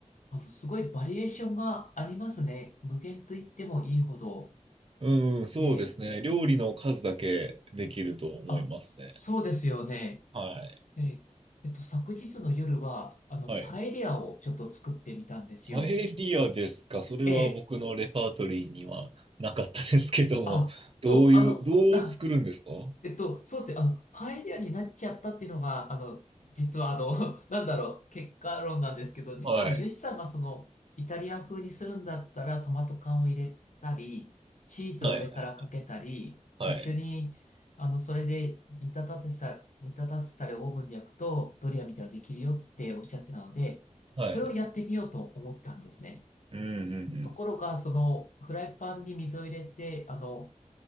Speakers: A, on the left; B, on the right.
A: あの、すごいバリエーションがありますね。無限と言ってもいいほど。
B: うん、そうですね。
A: で、
B: 料理の数だけできると思いますね。
A: うん。あ、そそうですよね。
B: はい。
A: え、えっと、昨日の夜は、あの、
B: はい。
A: パエリアをちょっと作ってみたんですよ。
B: パエリアですかそれは僕のレパートリーにはなかったですけども、
A: ええ。あ、そう、
B: どういう、
A: あの、
B: どう作るんですか
A: <laughs>
B: <laughs>
A: えっと、そうですね。あの、パエリアになっちゃったっていうのが、あの、実はあの、<laughs> なんだろう、結果論なんですけど、実はあの、
B: はい。
A: ヨシさんがその、イタリア風にするんだったら、トマト缶を入れたり、チーズを上からかけたり、
B: はいはいはい。
A: 一緒に、あの、それで煮立たせた、煮立たせたりオーブンで焼くと、ドリアみたいなのできるよっておっしゃってたので、
B: はい。
A: それをやってみようと思ったんですね。
B: うんうんうん。
A: ところが、その、フライパンに水を入れて、あの、